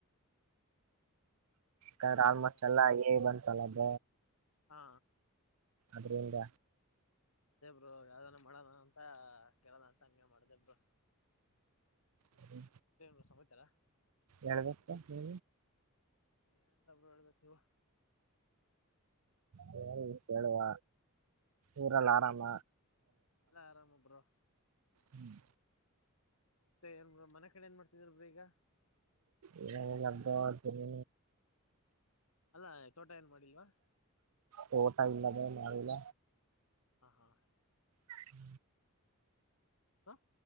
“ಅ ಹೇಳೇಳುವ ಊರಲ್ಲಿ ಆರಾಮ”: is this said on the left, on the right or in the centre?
Right